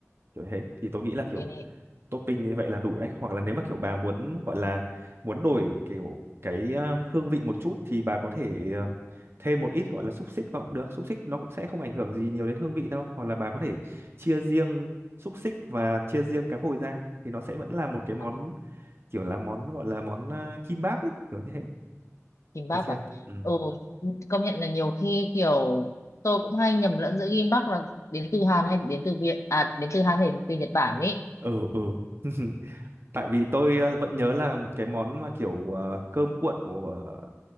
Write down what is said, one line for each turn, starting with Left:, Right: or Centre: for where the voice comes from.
Right: kiểu thế thì tôi nghĩ là kiểu
Left: Ê.
Right: topping như vậy là đủ đấy hoặc là nếu mà kiểu bà muốn gọi là muốn đổi kiểu cái um, hương vị một chút thì bà có thể um, thêm một ít gọi là xúc xích vào cũng được xúc xích nó cũng sẽ không ảnh hưởng gì nhiều
Left: Ừ. Ừ. ừ.
Right: đến hương vị đâu hoặc là bà có thể chia riêng xúc xích và chia riêng cá hồi ra thì nó sẽ vẫn là một cái món
Left: À,
Right: kiểu là món gọi là món uh, kimbap ấy kiểu như thế
Left: kim bắp
Right: được chưa
Left: à
Right: ừ
Left: ừ công nhận là nhiều khi kiểu tôi cũng hay nhầm lẫn giữa kim bắp là đến từ Hàn hay đến từ Việt à đến từ Hàn hay đến từ Nhật Bản ý
Right: ừ ừ <laughs> tại vì tôi ờ, vẫn nhớ là cái món mà kiểu ờ, cơm cuộn của ờ,